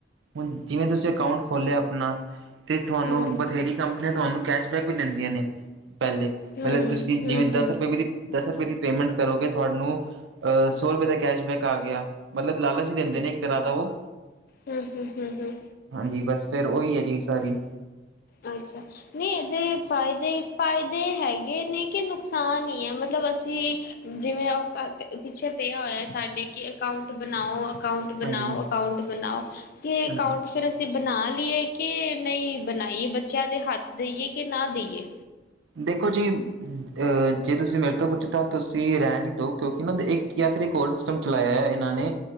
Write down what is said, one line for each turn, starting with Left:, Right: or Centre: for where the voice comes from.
Right: ਹੁਨ ਜਿਵੇਂ ਤੂਸੀ ਅਕਾਊਂਟ ਖੋਲੇਆ ਅਪਨਾ ਥੂਆਨੂੰ
Left: ਹੂੰ
Right: ਬਥੇਰੀ ਕੰਪਨੀਆਂ ਤੂਆਨੂੰ ਕੈਸ਼ਬੈਕ ਵੀ ਦੇੰਦੀਆਂ ਨੇ ਪੈਲੇ।
Left: ਹੂੰ
Right: ਮਤਲਬ ਤੂਸੀ
Left: ਹੂੰ
Right: ਜਿਵੇਂ
Left: ਹੂੰ ਹੂੰ
Right: ਦਾੱਸ ਰੁਪਏ ਵੀ ਦੀ ਦਾੱਸ ਰਪੇ ਦੀ ਪੇਮੈਂਟ ਕਰੋਗੇ ਥੂਆਨੂੰ ਅ ਸੌ ਰੁਪੇ ਦਾ ਕੈਸ਼ਬੈਕ ਆ ਗੇਆ। ਮਤਲਬ ਲਾਲਚ ਈ ਦੇਂਦੇ ਨੇ ਇੱਕ ਤਰਾ ਦਾ ਓ
Left: ਹੂੰ, ਹੂੰ, ਹੂੰ, ਹੂੰ।
Right: ਹਾਂਜੀ, ਬਾੱਸ ਫੇਰ ਓਈ ਏ ਜੀ ਸਾਰੀ।
Left: ਅੱਛਾ, ਅਛੱ। ਨਈ ਏਦੇ ਫਾਏਦੇ-ਫਾਏਦੇ ਹੈਗੇ ਨੇ, ਕੇ ਨੁਕਸਾਨ ਈ ਐ, ਮਤਲਬ ਅਸੀ ਜਿਵੇਂ ਓ ਕ ਕ ਪਿੱਛੇ ਪੇਆ ਹੋਏ ਸਾਡੇ ਕਿ ਅਕਾਊਂਟ ਬਨਾਓ ਅਕ ਅਕਾਊਂਟ ਬਨਾਓ,
Right: ਹਾਂਜੀ,
Left: ਅਕਾਊਂਟ ਬਨਾਓ ਕੇ ਅਕਾਊਂਟ
Right: ਹਾਂਜੀ।
Left: ਫੇਰ ਅਸੀ ਬਨਾ ਲੀਏ ਕੇ ਨਈ ਬਨਾ ਬਨਾਈਏ, ਬੱਚੇਆਂ ਦੇ ਹਾੱਤ ਦੇਈਏ ਕੇ ਨਾ ਦੇਈਏ?
Right: ਦੇਖੋ ਜੀ ਅ ਜੇ ਤੂਸੀ ਮੇਰੇ ਤੋ ਪੁੱਛੋ ਤਾਂ ਤੂਸੀ ਰੈਣ ਈ ਦੋ ਕਿਉਂਕਿ ਨਾ ਏ ਦੇ ਇੱਕ ਯਾ ਫਿਰ ਏਕ ਹੋਰ ਸਿ ਸਟਮ ਚਲਾਏਆ ਐ ਇਨਾਂ ਨੇ